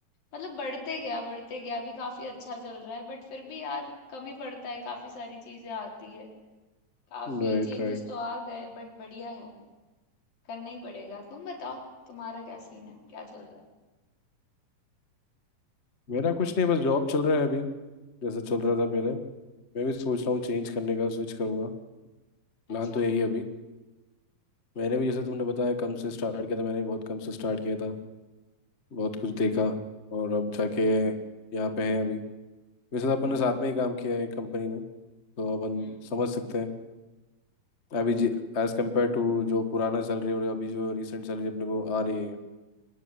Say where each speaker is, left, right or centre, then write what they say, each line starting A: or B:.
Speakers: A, on the left (about 80°); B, on the left (about 40°).
A: मतलब बढ़ते गया बढ़ते गया अभी काफी अच्छा चल रहा है बट फिर भी यार कमी पड़ता है काफी सारी चीजें आती है काफी
B: right
A: चेंजेस
B: Right
A: तो आ गए बट बढ़िया है करना ही पड़ेगा तुम बताओ तुम्हारा क्या सीन है क्या चल रहा है
B: मेरा कुछ नहीं बस जॉब चल रहा है अभी जैसा चल रहा था पहले मैं भी सोच रहा हूँ चेंज करने का स्विच करूँगा प्लान
A: अच्छा
B: तो यही है अभी मैंने भी जैसे तुमने बताया कम से स्टार्ट किया था मैंने भी बहुत कम से स्टार्ट किया था बहुत कुछ देखा और अब जाके
A: हम्म
B: यहाँ पे हैं अभी वैसे तो अपन
A: हम्म
B: ने साथ में ही काम किया है एक कंपनी में तो अपन
A: हम्म
B: समझ सकते हैं अभी जी एज कम्पेयर टू जो पुराना सैलरी और अभी जो रिसेंट सैलरी अपने को आ रही है